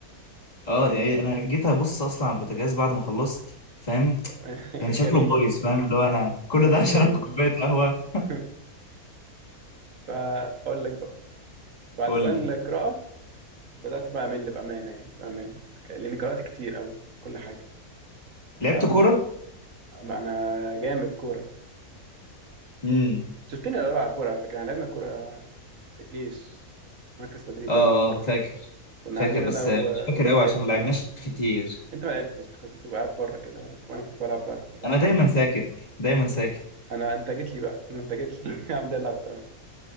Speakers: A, on the left; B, on the right.
A: اه يعني انا جيت ابص اصلا على البوتاجاز بعد ما خلصت فاهم
B: <laughs> جريمه
A: يعني شكله بايظ فاهم اللي هو انا كل
B: عملت
A: ده <laughs> عشان
B: جريمة
A: اخد كوبايه قهوه
B: <laughs> فأقول لك بقى بعد
A: قول
B: بقى القراءة
A: لي
B: بدأت بقى أمل بأمانة يعني بأمانة ك- لأني قرأت كتير أوي كل حاجة
A: لعبت
B: فقمت
A: كوره
B: ما أنا جامد كورة
A: امم
B: شفتني أنا بلعب كورة على فكرة إحنا لعبنا كورة في الجيش في مركز تدريب
A: اه
B: لعبنا كورة
A: آه، فاكر
B: كنا
A: فاكر
B: عاملين
A: بس
B: أنا و-
A: مش
B: والواد
A: فاكر قوي
B: زياد
A: عشان ما لعبناش كتير
B: أنت ما لعبتش أنت كنت بتبقى قاعد بره كده وأنا كنت بلعب بقى كنت بقى
A: انا دايما ساكت دايما ساكت
B: أنا أنت جيت لي بقى أنا أنت جيت لي <laughs> الحمد لله على السلامة